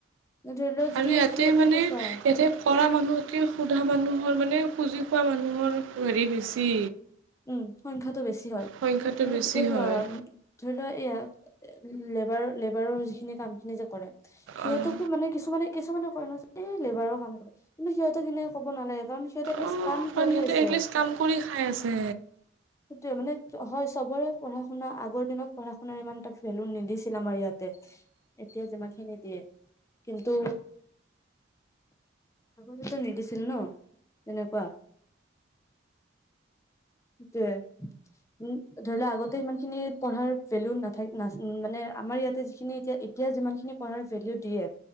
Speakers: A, on the left; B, on the right.
A: ধৰি লোৱা যদি,
B: আৰু ইয়াতে
A: সিহঁতে
B: মানে
A: এইটো চোৱা
B: ইয়াতে কৰা মানুহতকে সোধা মানুহৰ মানে, খুজি খোৱা মানুহৰ হেৰি বেছি।
A: উম, সংখ্যাটো বেছি হয়,
B: সংখ্যাটো
A: মানে
B: বেছি
A: এতিয়া চোৱা
B: হয়
A: ধৰি লোৱা, এইয়া লেবাৰ-লেবাৰৰ যিখিনি কাম খিনি যে কৰে, সিহঁতকো
B: অঁ
A: মানে কিছুমানে-কিছুমানে কয় নহয়, যে এই লেবাৰৰ কাম কৰে, কিন্তু সিহঁতে তেনেক ক'ব নালাগে, কাৰণ সিহঁতে এটলিষ্ট
B: অঁ
A: কাম
B: কাৰণ
A: কৰি
B: সিহঁতে
A: আছে।
B: এটলিষ্ট কাম কৰি খাই আছে
A: সেইটোৱে মানে হয়, চবৰে পঢ়া-শুনা আগৰ দিনত পঢ়া-শুনাৰ ইমান এটা ভেলু নিদিছিল আমাৰ ইয়াতে এতিয়া যিমানখিনি দিয়ে, কিন্তু আগতেতো নিদিছিল ন, তেনেকুৱা সেইটোৱে উম, ধৰি লোৱা আগতে সিমান খিনি পঢ়াৰ ভেলু নাথা-নাচ মানে আমাৰ ইয়াতে যিখিনি এতিয়া এতিয়া যিমানখিনি পঢ়াৰ ভেলিউ দিয়ে,